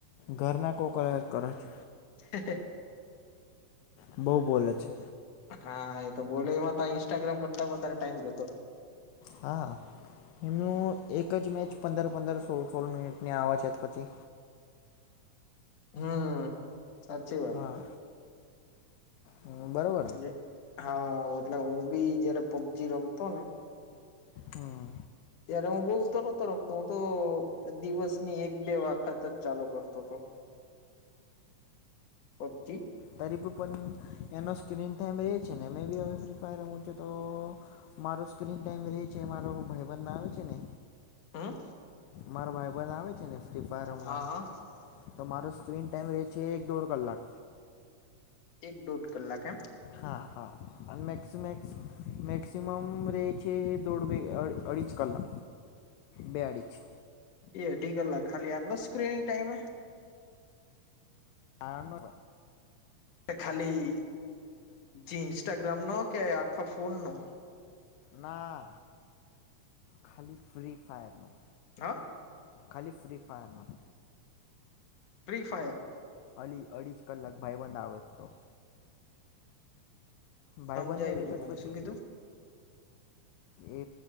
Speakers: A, on the left; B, on the left.
A: ઘરના કોકરાર કર છ.
B: હેહે.
A: બઉ બોલે છે.
B: હા એ તો બોલો એમાં તા ઇન્સ્ટાગ્રામ કરતા વધારે ટાઈમ જતો તો.
A: હા. એમનું એક જ મેચ પંદર પંદર સોળ સોળ મિનિટને આવે છે પછી.
B: હમ સાચી વાત.
A: હા. હ બરોબ
B: એ હા એટલે હું બી જયારે પબજી રમતો ને
A: હમ.
B: ત્યારે હું બહુ તો નતો રમતો હું તો દિવસ ની એક બે વખત જ ચાલુ કરતો તો પબજી.
A: તરીબ પન એનો સ્ક્રીન ટાઈમ રે છે ને મેં બી હવે ફ્રી ફાયર રમું છે તો મારો સ્ક્રીન ટાઈમ રે છે મારો ભઈબંધ આવે છે ને
B: હમ.
A: મારો ભાઈબંધ આવે છે ને ફ્રી ફાયર રમવાને.
B: હા હા
A: તમારો સ્ક્રીન ટાઈમ રહે છે એક દોઢ કલાક.
B: એક દોઢ કલાક એમ.
A: હા હા અને અન મેક્સમેક્સ મેક્સિમમ રે છે દોઢ બે અ અઢીજ કલાક. બે અઢી ચ.
B: બે અઢી કલાક ખાલી આલો સ્ક્રીનિંગ ટાઈમે.
A: આણ.
B: ખાલી. જી ઇન્સ્ટાગ્રામ નો કે આખા ફોન નો.
A: ના ખાલી ફ્રી ફાયરનું.
B: હા.
A: ખાલી ફ્રી ફાયરનું.
B: Free Fire.
A: અલી અઢી જ કલાક ભાઈબંધ આવે હતો. ભાઈબંદર
B: સમજાયું નહી
A: રહે
B: મને
A: પછી.
B: શું કીધું
A: એ